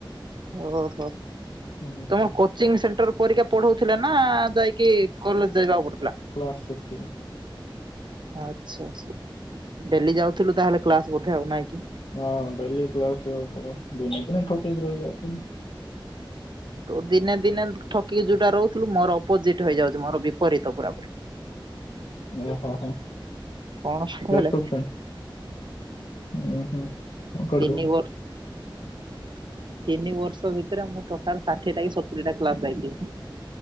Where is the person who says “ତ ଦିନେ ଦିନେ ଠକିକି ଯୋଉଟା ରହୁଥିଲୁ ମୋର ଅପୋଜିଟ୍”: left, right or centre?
Right